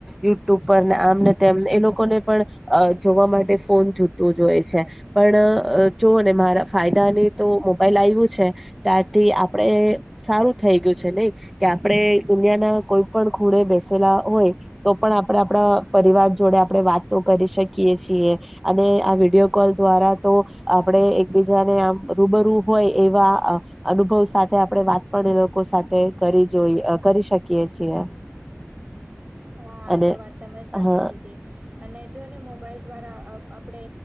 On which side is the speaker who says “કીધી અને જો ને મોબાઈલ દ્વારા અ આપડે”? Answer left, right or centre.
Right